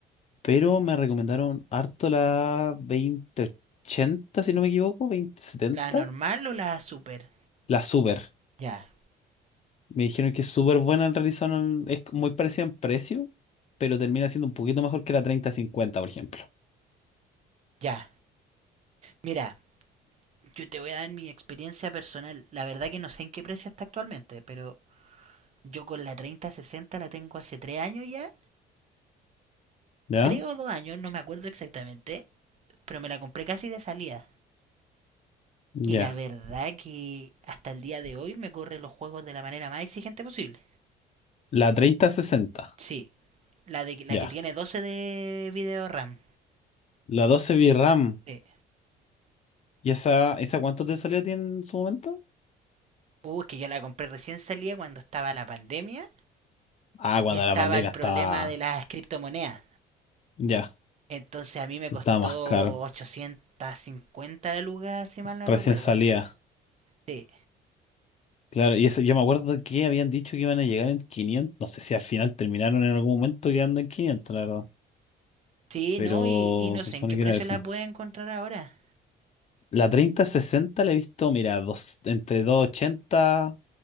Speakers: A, on the left; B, on the right.
A: pero me recomendaron harto la veinte ochenta si no me equivoco, veinte setenta,
B: ¿La normal o la super?
A: la Super.
B: Ya,
A: Me dijeron que es súper buena, en realidad son- es muy parecida en precio, pero termina siendo un poquito mejor que la treinta cincuenta, por ejemplo.
B: ya. Mira, yo te voy a dar mi experiencia personal. La verdad que no sé en qué precio está actualmente, pero yo con la 3060 la tengo hace 3 años ya.
A: ¿Ya?
B: 3 o 2 años, no me acuerdo exactamente, pero me la compré casi de salida.
A: Ya.
B: Y la verdad que hasta el día de hoy me corre los juegos de la manera más exigente posible.
A: La treinta sesenta,
B: Sí, la, de, la
A: ya.
B: que tiene 12 de video RAM.
A: La 12 VRAM.
B: Sí,
A: ¿Y esa, esa cuánto te salió a ti en su momento?
B: Uh, que yo la compré recién salía cuando estaba la pandemia
A: Ah, cuando
B: y estaba
A: la pandemia
B: el problema
A: estaba
B: de las criptomonedas.
A: Ya,
B: Entonces a mí me
A: estaba
B: costó
A: más caro.
B: 850 lucas, si mal no
A: Recién
B: recuerdo.
A: salía.
B: Sí,
A: Claro, y ese- yo me acuerdo que habían dicho que iban a llegar en quinientos No sé si al final terminaron en algún momento quedando en quinientos la verdad.
B: sí,
A: Pero
B: no, y, y no
A: se
B: sé
A: supone
B: en qué
A: que
B: precio
A: era eso.
B: la puede encontrar ahora.
A: La treinta sesenta la he visto, mira, dos, entre 280